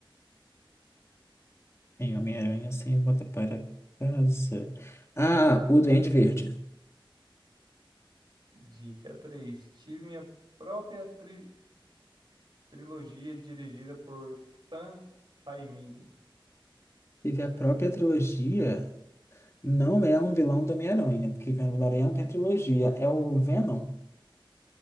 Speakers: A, on the left (about 30°); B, on the right (about 60°).
A: Em Homem-Aranha sem volta para casa. Ah, o Duende Verde.
B: Dica 3. Tive minha própria tri- trilogia dirigida por Sam Raimi.
A: Teve a própria trilogia. Não é um vilão do Homem-Aranha, né? porque o Homem-Aranha não tem trilogia. É o Venom.